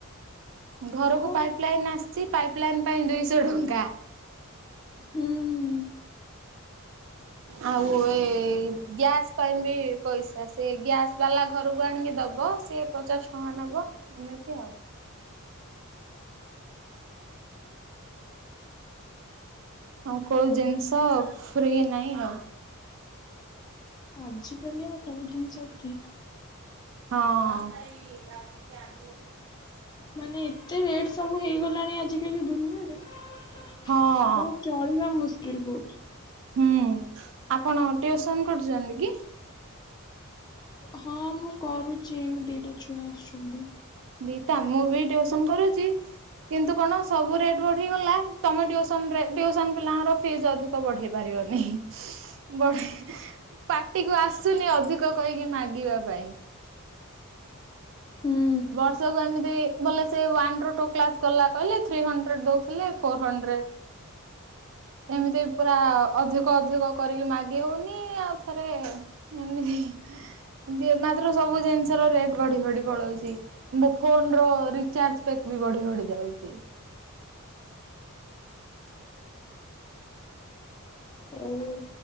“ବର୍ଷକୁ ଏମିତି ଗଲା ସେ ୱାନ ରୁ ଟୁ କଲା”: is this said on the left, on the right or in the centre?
Right